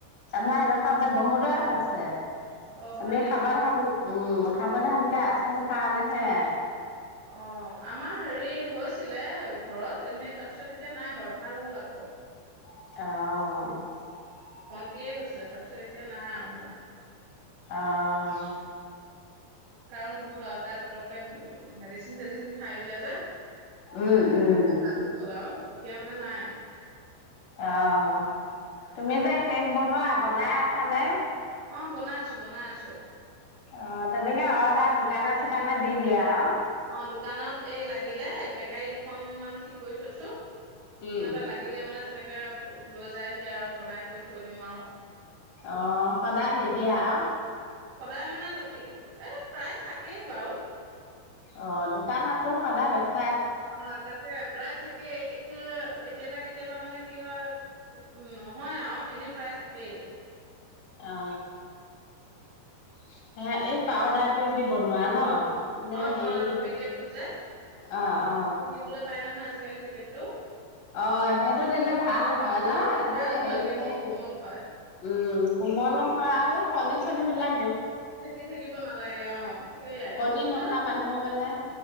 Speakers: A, on the left; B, on the right.
A: আমাৰ এডোখৰত যে বহুতৰে হৈছে।
B: অ হয়
A: আমি
B: নেকি
A: সাৱধান উম, সাবধানকে আছো সেই কাৰণেহে।
B: অঁ, আমাৰ হেৰি হৈছিলে ঘৰত এনে তাৰ পিছত এতিয়া নাই বাৰু ভাল হ'ল আকৌ।
A: অঁ।
B: তিয়ে হৈছিলে তাৰপিছত এতিয়া নাই আও হোৱা।
A: অঁ।
B: কাৰো নহ'ল আৰু তাই পতকে উম মেডিচিন চেডিচিন খাই দিলে যে।
A: উম উম।
B: ভাল হৈ গ'ল আৰু এতিয়া মানে নাই।
A: অঁ। তুমি যে কেক বনোৱা, বনাই আছানে?
B: অঁ বনাই আছো বনাই আছো।
A: অঁ তেনেকে অৰ্ডাৰ দোকানে চোকানে দি দিয়া আৰু।
B: অঁ দোকানত এই লাগিলে বেকাৰী দুখন মান ঠিক কৰি থৈছো। সিহঁতৰ
A: উম
B: লাগিলে মানে তেনেকে একে লৈ যাই হি আৰু বনাই কৰি থৈ দিওঁ আৰু।
A: অঁ সদায় নিদিয়া আৰু।
B: সদায় মানে এ প্ৰায় থাকেই বাৰু।
A: অঁ, দোকানতো সদায় বেছ
B: অঁ তাকে, প্ৰায় থাক তাকেই কেতিয়াবা -কেতিয়াবা মানে কি হয় উম নহয় আৰু এনেই প্ৰায় থাকেই।
A: অঁ। <inaudible> হয়, এই পাউডাৰ দি বনোৱা ন। নে
B: অঁ পাউদাৰটো
A: হেৰি দিব
B: পেকেটটো যে। কিনিবলৈ
A: অ অ
B: পাই নহয় আজিকালি পেকেট এইটো
A: অঁ সেইটো দিলে ভাল হয় ন, এইটো
B: ভাল
A: এ
B: হয়
A: হেৰি
B: কেকটো
A: চেৰী
B: কোমল
A: বে,
B: হয়,
A: উম কোমলো হয় আৰু। পনীৰ চনীৰ মিলাই
B: খেতি থাকিব নালাগে অঁ, সেইয়াই,
A: কণী নোহোৱা
B: মানে সোন
A: মানুহ মানে